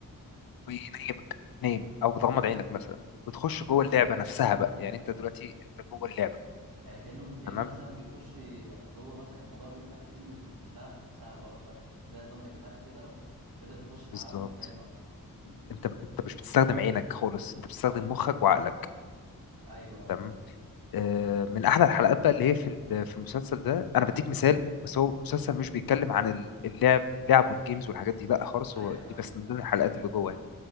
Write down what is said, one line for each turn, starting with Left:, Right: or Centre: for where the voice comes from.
Left: وينيمك تنام او تغمض عينك مثلا وتخش جوه
Right: امم
Left: اللعبه نفسها بقى يعني انت دلوقتي انت جوه اللعبه
Right: يعني كانه كانه
Left: تمام
Right: مثلا بيخش جوه مثلا الموضوع بيبقى بيتم في في دماغك نفسها اللي هو انت زي نظام اغماء كده وتبدا تخش في
Left: بالظبط
Right: عالم تاني اصلا امم
Left: انت انت مش بتستخدم عينك خالص انت بتستخدم مخك وعقلك
Right: ايوه ايوه
Left: تمام آه، من احلى الحلقات بقى اللي هي في ال- في المسلسل ده انا بديك مثال بس هو مسلسل مش بيتكلم عن ال- اللعب لعب والجيمز والحاجات دي لا خالص
Right: ايوه
Left: هو
Right: فاهمك
Left: دي بس من
Right: فاهم
Left: ضمن الحلقات اللي جوه يعني